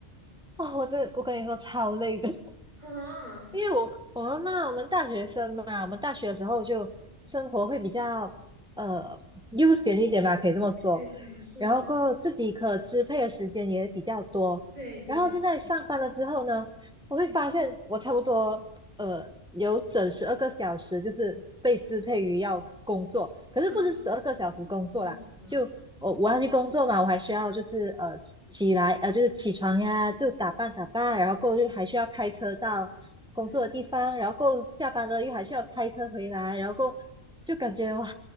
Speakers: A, in the centre; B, on the right.
A: 哦，我这我跟你说超累的，
B: 啊，
A: 因为我我们嘛，我们大学生嘛，我们大学的时候就生活会比较呃悠闲一点吧，可以这么说。
B: 对对，是的，
A: 然后过后自己可支配的时间也比较多。
B: 对对
A: 然后现在上班了之后呢，我会发现我差不多呃有整十二个小时就是被支配于要工作，可是不是十二个小时工作啦，
B: 啊，嗯啊，
A: 就我我要去工作嘛，我还需要就是呃起来呃就是起床呀，就打扮打扮，然后过后就还需要开车到工作的地方，
B: 对，
A: 然后过后下班了又还需要开车回来，然后过后就感觉哇，